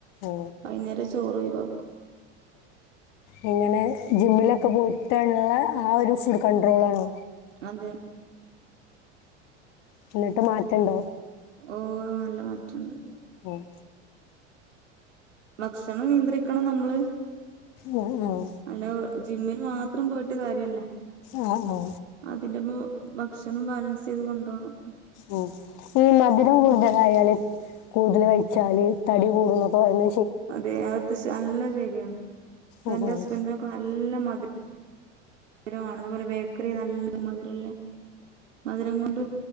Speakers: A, on the left; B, on the right.
A: ഓ
B: വൈകുന്നേര ചോറ് ഒഴിവാക്കും
A: എ ങ്ങനെ ജിമ്മിൽ ഒക്കെ പോയിട്ട് നുള്ള ആ ഒരു ഫുഡ് കണ്ടു റോളാണ്
B: അത്
A: എന്നിട്ട് മാറ്റണ്ടോ
B: ഓ നല്ല മാറ്റുണ്ട്
A: ഉം
B: ഭക്ഷണം നിയന്ത്രിക്കണം നമ്മള്
A: ഉം ഉം
B: അല്ല ജിമ്മിൽ മാത്രം പോയിട്ട് കാര്യമല്ല
A: ആ ആ.
B: അതിന്റെപ്പ ഭക്ഷണം ബാലൻസ് ചെയ്ത് കൊണ്ട പോണം
A: ഓ ഈ മധുരം കൂടുതലായാലല് കൂടുതൽ കഴിച്ചാല് തടി കൂട എന്നൊക്കെ പറഞ്ഞ
B: അതെ അ നല്ല ശരിയാണ് അ
A: ഉം.
B: എന്റെ ഹസ്ബന്ഡറിനൊക്കെ നല്ല മ മധുരമാണ് അതുപോലെ ബേക്കറി നല്ല മധുരല്ല മധുരം കൊണ്ട്